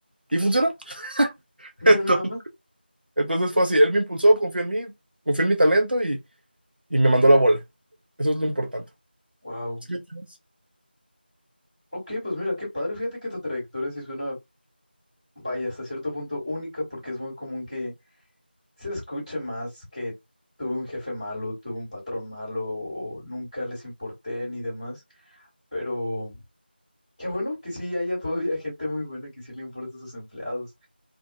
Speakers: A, on the right; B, in the centre.
A: y funcionó. <laughs>
B: Mira
A: Entonces,
B: nada más.
A: entonces fue así, él me impulsó, confió en mí, confió en mi talento y me mandó la bola. Eso es lo importante.
B: Wow.
A: ¿Sí me entiendes?
B: Ok, pues mira, qué padre. Fíjate que tu trayectoria sí suena, vaya, hasta cierto punto única, porque es muy común que se escuche más que tuve un jefe malo, tuve un patrón malo, o nunca les importé ni demás. Pero qué bueno que sí haya todavía <laughs> gente muy buena que sí le importa a sus empleados.